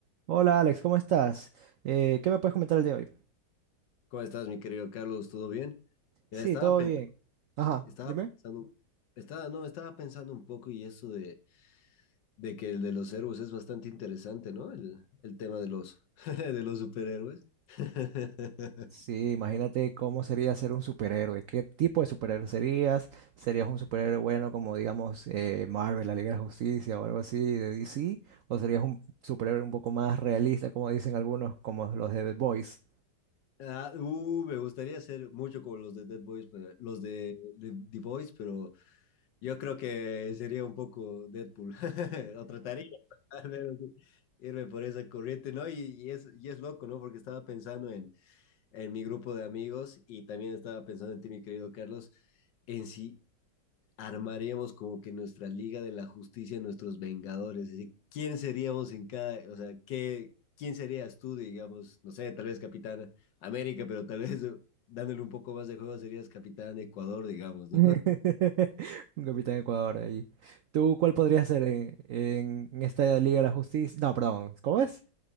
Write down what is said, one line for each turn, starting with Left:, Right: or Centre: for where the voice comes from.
Right: Hola Alex, ¿cómo estás? Eh, ¿qué me puedes comentar el de hoy?
Left: ¿Cómo estás, mi querido Carlos? ¿Todo bien? Mira,
Right: Sí,
Left: estaba
Right: todo
Left: pensando,
Right: bien. Ajá,
Left: estaba
Right: dime.
Left: pensando, estaba, no, estaba pensando un poco y eso de, de que el de los héroes es bastante interesante, ¿no? El, el tema de los, <laughs> de los superhéroes. <laughs>
Right: Sí, imagínate cómo sería ser un superhéroe. ¿Qué tipo de superhéroe serías? ¿Serías un superhéroe bueno como, digamos, eh, Marvel, la Liga de la Justicia o algo así de DC? ¿O serías un superhéroe un poco más realista, como dicen algunos, como los de The Boys?
Left: Ah, uh, me gustaría ser mucho como los de Dead Boys, pero- los de, de The Boys, pero yo creo que sería un poco Deadpool. <laughs> O trataría, al menos, de irme por esa corriente, ¿no? Y, y es, y es loco, ¿no? Porque estaba pensando en en mi grupo de amigos y también estaba pensando en ti, mi querido Carlos, en si armaríamos como que nuestra Liga de la Justicia, nuestros Vengadores, es decir, quién seríamos en cada, o sea, qué, quién serías tú, digamos, no sé, tal vez Capitán América, pero tal vez eh, dándole un poco más de juego serías Capitán Ecuador, digamos,
Right: <laughs>
Left: ¿no?
Right: Un Capitán Ecuador ahí. ¿Tú cuál podrías ser en, en- en esta Liga de la Justicia? No, perdón, ¿cómo es?